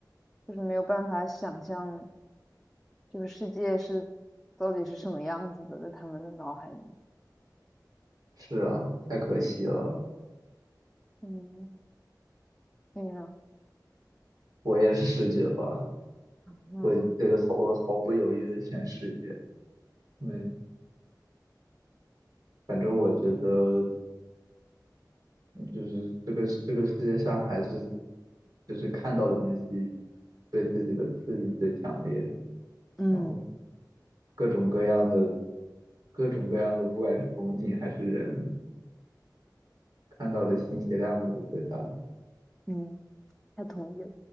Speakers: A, in the centre; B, on the right.
A: 就是没有办法想象这个世界是到底是什么样子的，在他们的脑海里面。
B: 是啊，太可惜了。
A: 嗯，你呢？
B: 我也是视觉吧，
A: 嗯
B: 我呃毫我毫不犹豫的选视觉。因为反正我觉得嗯就是这个这个世界上还是就是看到的东西对自己的刺激最强烈，
A: 嗯
B: 然后各种各样的各种各样的，不管是风景还是人，看到的信息量都是最大的。
A: 嗯，他同意了。